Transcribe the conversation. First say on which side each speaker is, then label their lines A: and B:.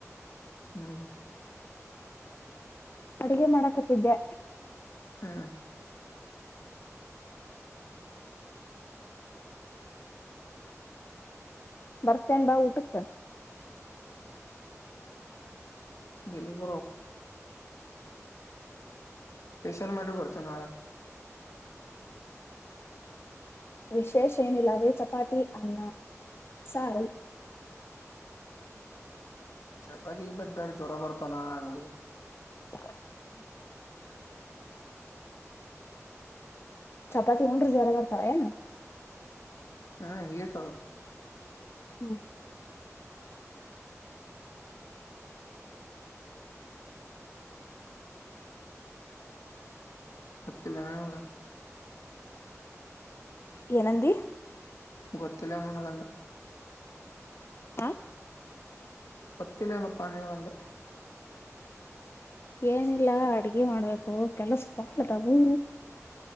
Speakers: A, on the left (about 70°); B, on the left (about 50°).
A: ಹ್ಮ್
B: ಅಡುಗೆ ಮಾಡಕತ್ತಿದ್ದೆ
A: ಹಾ
B: ಬರ್ತ ನು ಭ ಉಟಕ
A: ಎಲಿಗ್ ಬರ್ಬೇಕು ಸ್ಪೆಷಲ್ ಮಾಡರ್ ಬರ್ತೀನಿ ನಾಳೆ
B: ವಿಶೇಷ ಏನಿಲ್ಲ ಅದೇ ಚಪಾತಿ ಅನ್ನ ಸಾರು
A: ಚಪಾತಿ ಗಿಪಾತಿ ಬೇಡ ಜ್ವರ ಬರ್ತವೆ ನಾಳೆ
B: <unintelligible>
A: ಹ <unintelligible>
B: ಚಪಾತಿ ಉಂಡ್ರೆ ಜ್ವರ ಬರ್ತಾವೆನು
A: ಹ್ಮ್ ಇತ
B: ಹ್ಮ್
A: ಹತ್ತಿನಾಗ
B: ಏನಂದಿ
A: ಗೊತ್ತಿಲ್ಲ ನನ್ಗಂದೆ
B: ಹ
A: ಮತ್ತೆ ಇಂಯೇನಪ್ಪ ಅಂದೆ
B: ಏನಿಲ್ಲ ಅಡ್ಗೆ ಮಾಡ್ಬೇಕು ಕೆಲಸ ಬಾಳದ ಹೂ